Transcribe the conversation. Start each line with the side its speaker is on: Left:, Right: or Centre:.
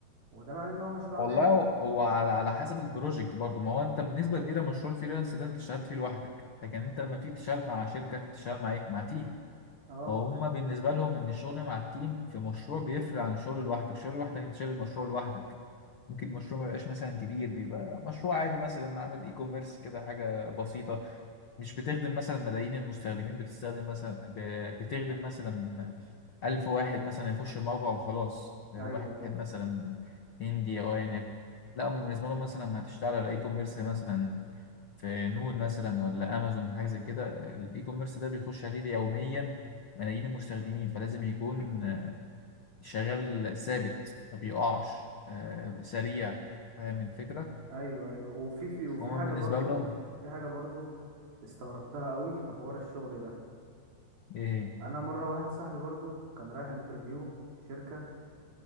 Right: وده معناه إن هو مشروع
Left: والله
Right: ناجح
Left: هو هو على على حسب البروجكت برضو ما هو انت بنسبه كبيره مشروع الفريلانس ده انت اشتغلت فيه لوحدك لكن انت لما تيجي تشتغل مع شركه تشتغل مع ايه مع تيم
Right: اه
Left: فهم بالنسبه لهم ان الشغل مع التيم في مشروع بيفرق عن الشغل لوحدك الشغل لوحدك انت شايل المشروع لوحدك ممكن المشروع ما يبقاش مثلا كبير بيبقى مشروع عادي مثلا عامل اي كوميرس كده حاجه بسيطه مش بتخدم مثلا ملايين المستخدمين بتستخدم مثلا ب- بتخدم مثلا ألف واحد مثلا يخش الموقع وخلاص واحد
Right: أيوة أيوة
Left: مثلا هندي أو أيا يكن لا هم بالنسبة لهم مثلا لما هتشتغل على إي كوميرس مثلا في نون مثلا ولا أمازون حاجة زي كده الإي كوميرس ده بيخش عليه يوميا ملايين المستخدمين فلازم يكون شغال ثابت ما بيقعش آه، سريع فاهم الفكرة؟
Right: أيوة أيوة وفي في وفي
Left: هما
Right: حاجة
Left: بالنسبة
Right: برضو
Left: لهم
Right: في حاجة برضو استغربتها قوي في حوار الشغل ده
Left: إيه؟
Right: انا مره واحد صاحبي برضو كان رايح انترفيو في شركه